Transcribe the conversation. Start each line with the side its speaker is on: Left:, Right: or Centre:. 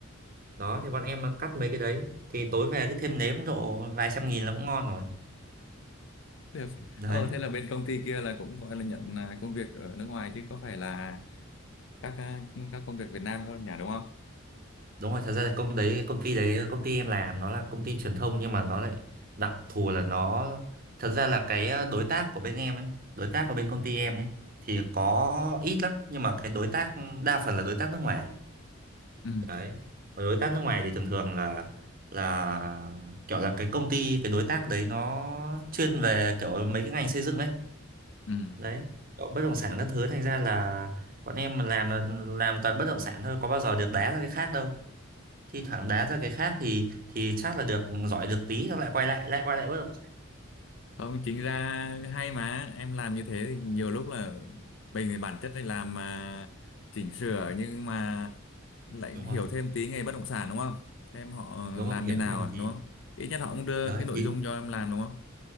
Right: đó thì bọn em cắt mấy cái đấy thì tối về cứ thêm nếm độ vài trăm nghìn là cũng ngon rồi
Left: được
Right: đấy
Left: ờ thế là bên công ty kia là cũng gọi là nhận à, công việc ở nước ngoài chứ có phải là các à, các công việc Việt Nam không nhỉ đúng không
Right: đúng rồi thật ra là công đấy công ty đấy công ty em làm nó là công ty truyền thông nhưng mà nó lại đặc thù là nó thật ra là cái ờ, đối tác của bên em ấy đối tác của bên công ty em ấy thì có ít lắm nhưng mà cái đối tác đa phần là đối tác nước ngoài
Left: ừ,
Right: đấy mà đối tác nước ngoài thì thường thường là là kiểu là cái công ty cái đối tác đấy nó chuyên về kiểu mấy cái ngành xây dựng ấy
Left: ừ.
Right: đấy kiểu bất động sản các thứ thành ra là bọn em mà làm là làm toàn bất động sản thôi có bao giờ được đá ra cái khác đâu thi thoảng đá ra cái khác thì thì chắc là được giỏi được tí xong lại quay lại lại quay lại bắt đầu
Left: không chính ra hay mà em làm như thế thì nhiều lúc là mình thì bản chất này làm à, chỉnh sửa nhưng mà lại
Right: đúng rồi
Left: hiểu thêm tí nghề bất động sản đúng không xem họ
Right: đúng
Left: làm
Right: rồi hiểu
Left: như nào
Right: thêm
Left: à,
Right: tí
Left: đúng không ít nhất họ cũng đưa
Right: đấy
Left: cái nội
Right: thì
Left: dung cho em làm đúng không